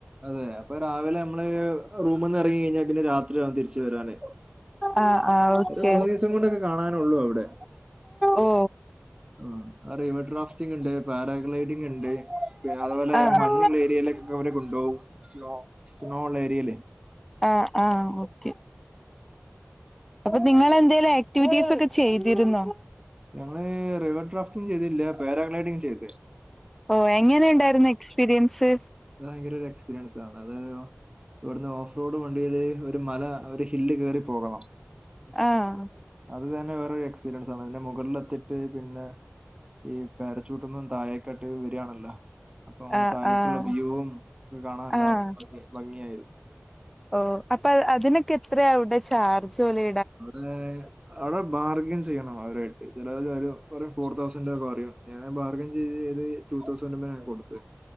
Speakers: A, on the right (about 20°); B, in the centre.
A: അതെ അപ്പ രാവിലെ ഞമ്മള് റൂമ്ന്ന് എറങ്ങി കയ്ഞ്ഞാ പിന്നെ രാത്രിയാവും തിരിച്ച് വരാന്
B: ആഹ് ആഹ് ഓക്കെ
A: ഒര് മൂന്നീസം കൊണ്ടെക്കെ കാണാനൊള്ളു അവ്ടെ
B: ഓ
A: ആഹ് ആ റിവർ ഡ്രാഫ്റ്റിംഗ് ഇണ്ട് പാരഗ്ലൈഡിംഗ് ഇണ്ട് പിഅതുപോലെ
B: ആഹ്
A: മഞ്ഞ്ള്ള ഏരിയേല് ക്ക് അവര് കൊണ്ടോവും സ്നോ സ്നോ ഉള്ള ഏരിയേലേ
B: ആഹ് ആഹ് ഓക്കെ അപ്പൊ നിങ്ങള് എന്തേലും ആക്ടിവിറ്റീസ് ഒക്കെ ചെയ്തിരുന്നോ
A: ഞങ്ങള് റിവർ ഡ്രാഫ്റ്റിംഗ് ചെയ്തീല്യ പാരാഗ്ലൈഡിങ് ചെയ്ത്
B: ഓഹ് എങ്ങനെ ഇണ്ടായിരുന്നു എക്സ്പീരിയൻസ്
A: അത് ഭയങ്കര ഒരു എക്സ്പീരിയൻസ് ആണ് അതായത് ഇവിടുന്ന് ഓഫ് റോഡ് വണ്ടിയില് ഒരു മല ഒരു ഹില്ല് കേറി പോകണം
B: ആഹ്
A: അത് തന്നെ വേറെ ഒരു എക്സ്പരിയൻസ് ആണ് പിന്നെ മുകളിലെത്തിട്ട് പിന്നെ ഈ പേരച്ചൂട്ട്ന്നും താഴെക്കാട്ട് വരാണല്ലോ അപ്പോം
B: ആഹ്
A: തായെക്കുള്ള
B: ആഹ്
A: വ്യൂവും ഒക്കെ കാണാനല്ല
B: ആഹ്
A: ഭംഗിയായിരു
B: ഓ അപ്പൊ അ അതിനൊക്കെ എത്രയാവിടെ ചാർജ് ഓല്
A: അവടെ അവടെ ബാർഗയ്ൻ ചെയ്യണം അവരേട്ട് ചെലോല് പറിം ഒരു ഫോർ തൗസൻഡ് ഒക്കെ പറയും ഞാനത് ബാർഗയ്ൻ ചെയ്ത് ചെയ്ത് റ്റു തൗസൻഡ്മ്മലാ കൊടുത്ത്